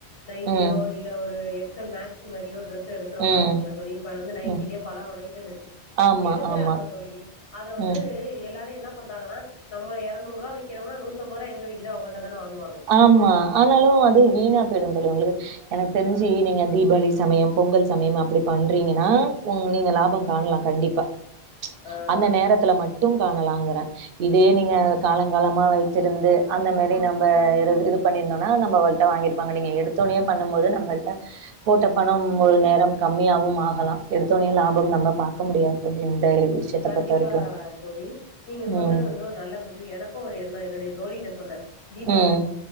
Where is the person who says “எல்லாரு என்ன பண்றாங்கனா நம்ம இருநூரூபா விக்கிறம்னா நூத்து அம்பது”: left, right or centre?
Left